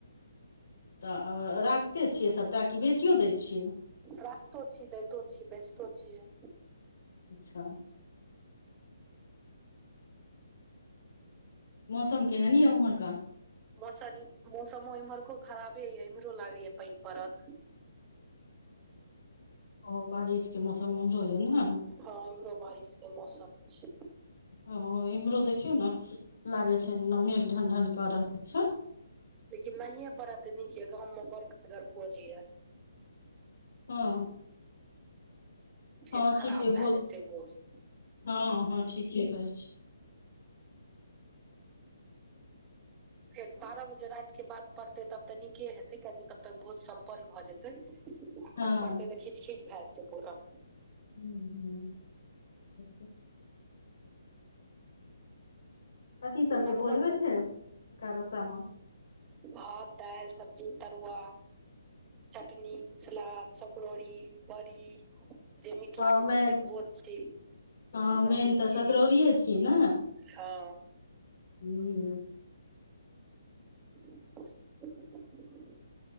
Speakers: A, on the left; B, on the right.
A: तऽ अ राखिते छियै सभटा कि बेचियो दै छियै
B: राखतो छी देैतो छी बेचतो छीये
A: अच्छा मौसम केहन यऽ उम्हरका
B: मौसम मौसमो इम्हरको खराबे य एम्हरो लागे या पानि पड़त
A: ओ बारिशके मौसम ओम्हरो या नऽ
B: हँ इम्हरो बारिश के मौसम छै
A: ओ इम्हरो देखियौ ना लागे छै जेना मेघ ढनढन कऽ रहल छै
B: लेकिन नहिये पड़य तऽ नीक य गाँव मे बड़ करगर भोज या
A: हँ
B: फेर
A: हँ ठीके
B: खराब भए
A: भोज
B: जेतै भोज
A: हँ हँ ठीके कहै छी
B: फेर बारह बजे राति के बाद पड़तै तब तऽ नीके हेतै कियकि तब तक भोज सम्पन्न भए जेतै अखन
A: हँ
B: पड़तै तऽ खीच खीच भए जेतै पूरा
A: <unintelligible> कथी सब के
B: नटवर
A: भोज
B: सब
A: छै एकादशा मे
B: भात दालि सब्जी तरुआ चटनी सलाद सकरोड़ी बरी जे मिथिलाके
A: हँ मेन
B: प्रसिद्ध बोध छी
A: हँ मेन
B: दही
A: तऽ सकरड़ौरिए
B: चीनी
A: छी ने
B: हँ
A: ह
B: बस